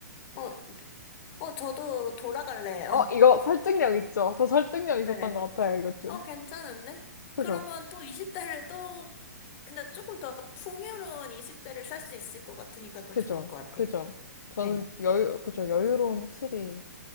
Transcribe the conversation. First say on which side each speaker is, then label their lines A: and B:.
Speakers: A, on the left; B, on the left.
A: 어, 어, 저도 돌아갈래요.
B: <laughs> 어, 이거 설득력 있죠? 저 설득력
A: <laughs>
B: 있었던
A: 네.
B: 것 같아요, 이것 좀.
A: 어, 괜찮은데?
B: 그죠?
A: 그러면 또 20대를 또, 근데 조금 더 풍요로운 20대를 살 수 있을 것 같으니까 더
B: 그죠?
A: 좋을 것 같아요.
B: 그죠? 저는
A: 네.
B: 여유, 그죠? 여유로운 확실히